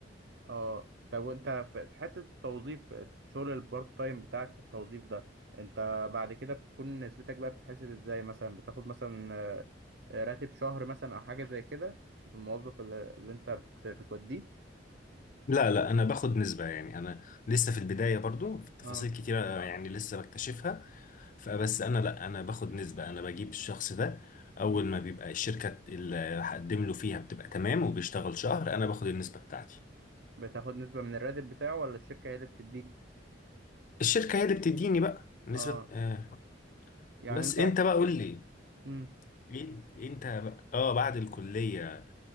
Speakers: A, on the right (about 65°); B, on the left (about 45°).
A: اه طب وانت في في حته التوظيف شغل البارت تايم بتاعك في التوظيف ده انت بعد كده بتكون نسبتك بقى بتتحسب ازاي مثلا بتاخد مثلا آه، راتب شهر مثلا او حاجه زي كده الموظف اللي اللي انت بت- بتوديه
B: لا لا انا باخد نسبة يعني انا لسه في البداية برضو في تفاصيل
A: اه
B: كتيرة يعني لسه بكتشفها فبس انا لا انا باخد نسبة انا بجيب الشخص ده اول
A: مم.
B: ما بيبقى الشركة اللي هقدم له فيها بتبقى تمام وبيشتغل شهر انا باخد النسبة بتاعتي
A: بتاخد نسبه من الراتب بتاعه ولا الشركه هي اللي بتديك
B: الشركة هي اللي بتديني بقى نسبة
A: اه
B: آه
A: يعني
B: بس
A: انت
B: انت بقى قول لي
A: امم
B: ايه انت بقى اه بعد الكلية